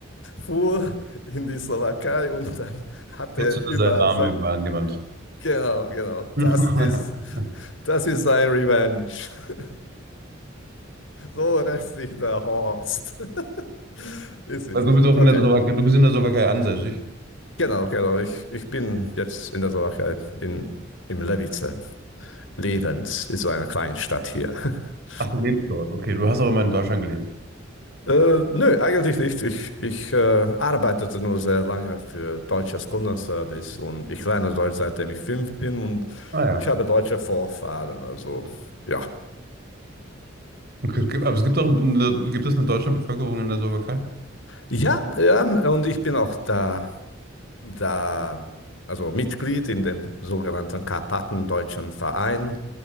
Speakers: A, on the left; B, on the right.
A: fuhr in die Slowakei und dann hat
B: Jetzt
A: er
B: ist
A: überall
B: sein Name
A: sein.
B: überall an die Wand.
A: Genau, genau,
B: <laughs>
A: das ist, das ist sein Revenge. <laughs> So rächt sich der Horst. <laughs> Ist witzig.
B: Also du bist auch
A: Okay.
B: in der Slowakei, du bist in der Slowakei ansässig.
A: Genau, genau. Ich, ich bin jetzt in der Slowakei, in, im Levice. Levens, ist so eine kleine Stadt hier. <laughs>
B: Ach, du lebst dort. Okay, du hast auch immer in Deutschland gelebt.
A: Äh, nö, eigentlich nicht. Ich, ich äh, arbeitete nur sehr lange für deutsches Kundenservice und ich lerne Deutsch, seitdem ich fünf bin und
B: Ah ja.
A: ich habe deutsche Vorfahren. Also ja.
B: Okay, es gibt- aber es gibt auch eine, gibt es eine deutsche Bevölkerung in der Slowakei?
A: Ja, ja, und ich bin auch da, da, also Mitglied in dem sogenannten Karpatendeutschen Verein.